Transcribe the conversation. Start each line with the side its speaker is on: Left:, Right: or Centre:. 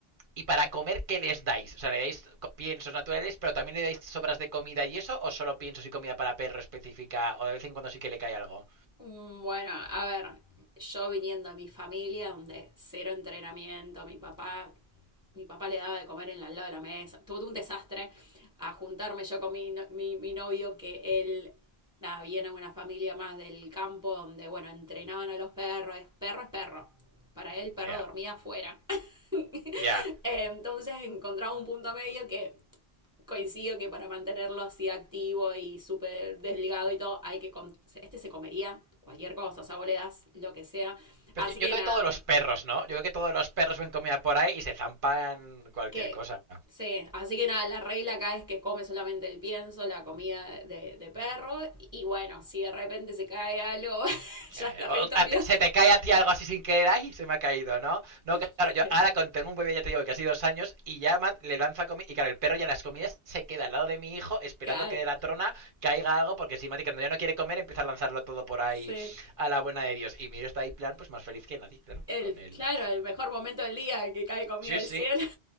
Right: ¿Y para comer qué les dais? O sea, ¿le dais piensos naturales, pero también le dais sobras de comida y eso? ¿O solo piensos y comida para perro específica? ¿O de vez en cuando sí que le cae algo?
Centre: Mm, Bueno, a ver, yo viniendo a mi familia, donde cero entrenamiento, mi papá, mi papá le daba de comer en la- al lado de la mesa, tuve un desastre a juntarme yo con mi, no- mi, mi novio, que él, nada, viene de una familia más del campo, donde, bueno, entrenaban a los perros, es perro es perro. Para él, perro
Right: Ya, yeah.
Centre: dormía afuera.
Right: ya.
Centre: <laughs>
Right: Yeah.
Centre: Entonces encontraba un punto medio que coincido que para mantenerlo así activo y súper desligado y todo, hay que... com- Este se comería cualquier cosa, o sea, vos le das lo que sea.
Right: Pero
Centre: Así
Right: es que
Centre: que
Right: yo creo
Centre: nada,
Right: que todos los perros, ¿no? Yo creo que todos los perros ven comida por ahí y se zampan cualquier
Centre: que...
Right: cosa.
Centre: Sí, así que nada, la regla acá es que come solamente el pienso, la comida de, de perro, y bueno, si de repente se cae algo, <laughs> ya
Right: Eh,
Centre: es territorio.
Right: o- a- se te cae a ti algo así sin querer, ay, se me ha caído, ¿no? No, claro,
Centre: Sí,
Right: yo ahora con- tengo un bebé, ya te digo, que hace dos años, y ya ma- le lanza comida, y claro, el perro ya en las comidas se queda al lado de mi hijo esperando
Centre: claro,
Right: que de la trona caiga algo, porque si Mati cuando ya no quiere comer empieza a lanzarlo todo por ahí
Centre: sí.
Right: a la buena de Dios. Y miro está ahí, plan, pues más feliz que nadie, claro,
Centre: El,
Right: con él.
Centre: claro, el mejor momento del día que cae comida
Right: Sí,
Centre: del
Right: sí.
Centre: cielo. <laughs>